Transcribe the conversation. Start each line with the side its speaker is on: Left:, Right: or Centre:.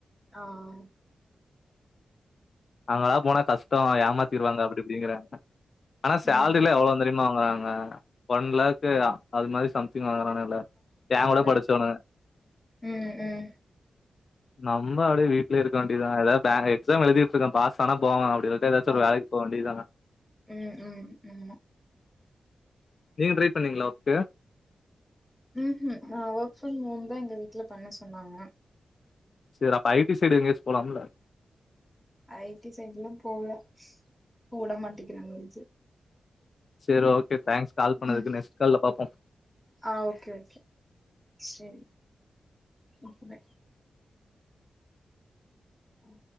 Centre: ஆஹ்
Left: அங்கலா போனா கஷ்டோ ஏமாத்திருவாங்க அப்டி இப்டிங்குறாங்க ஆனா சேலரிலா
Centre: ம்.
Left: எவ்ளோந் தெரியுமா அவுங்க வாங்க ஒன் லேக்கு அதுமாரி சம் தீங் வாங்குறானுங்கள்ல
Centre: ஒன்னு
Left: ஏன் கூட
Centre: இல்ல.
Left: படிச்சவனுங்க
Centre: ம். ம்.
Left: நம்ப அப்டியே வீட்லே இருக்க வேண்டியதா எதா பே எக்ஸாம் எலுதிட்ருக்க பாஸ் ஆனா போவ அப்டி இல்லாட்டி எதாச்சு
Centre: ஆ.
Left: ஒரு வேலக் போ வேண்டிதா
Centre: ம் ம் ஆமா
Left: நீங்க ட்ரை பண்ணீங்களா ஒர்க்கு
Centre: ஹும் ஹும் நா வர்க் ஃப்ரம் ஹோம்தா எங்க வீட்ல பண்ண சொன்னாங்க
Left: சரி அப்ப ஐ டி சைடு எங்கயாச்சு போலாம்ல
Centre: ஐ டி சைடுலா போல உட மாட்டிக்கிறாங்க வீட்ல
Left: சரி ஓகே தேங்க்ஸ் கால் பண்ணதுக்கு
Centre: ம்.
Left: நெக்ஸ்ட் கால்ல பாப்போம்
Centre: ஆ ஓகே, ஓகே. சரி குட் நைட் ம்